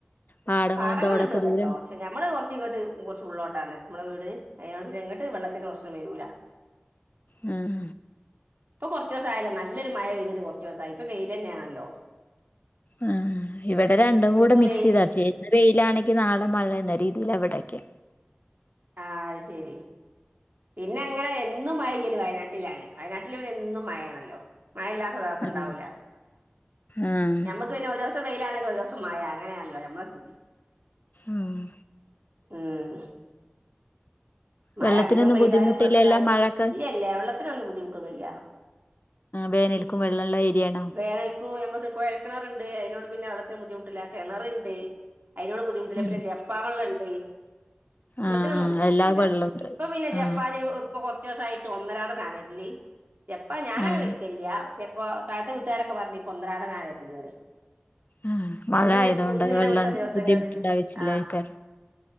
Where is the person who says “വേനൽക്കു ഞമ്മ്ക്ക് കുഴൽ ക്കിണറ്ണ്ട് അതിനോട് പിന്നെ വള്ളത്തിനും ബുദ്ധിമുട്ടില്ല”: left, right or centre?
Right